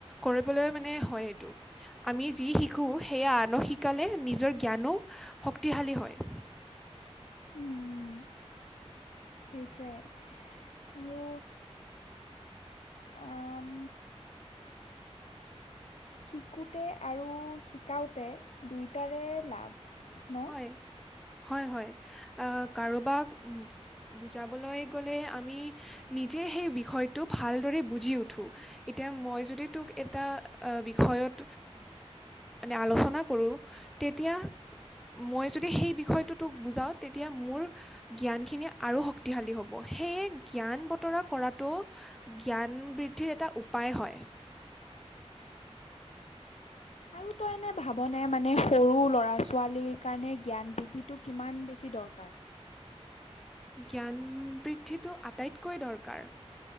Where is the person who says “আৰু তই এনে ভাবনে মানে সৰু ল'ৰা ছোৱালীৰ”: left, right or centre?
Left